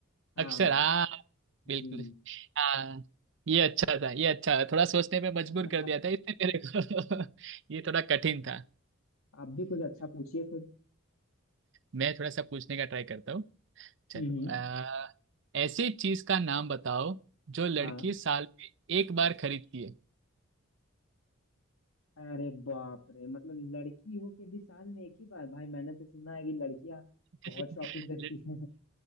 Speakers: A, on the left (about 85°); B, on the right (about 60°).
A: हाँ
B: अक्षर हाँ
A: जी
B: बिल्कुल हाँ ये अच्छा था ये अच्छा थोड़ा सोचने पे मजबूर
A: <laughs>
B: कर दिया था इसने मेरे को <laughs> ये थोड़ा कठिन था
A: आप भी कुछ अच्छा पूछिए फिर
B: मैं थोड़ा सा पूछने का ट्राई करता हूँ चलो
A: हम्म हम्म,
B: आ, ऐसी चीज का नाम बताओ जो लड़की
A: हाँ
B: साल में एक बार खरीदती है
A: अरे बाप रे मतलब लड़की हो के भी साल में एक ही बार भाई मैंने तो सुना है कि लड़कियां
B: <laughs>
A: बहुत शॉपिंग करती
B: लड़-
A: हैं <laughs>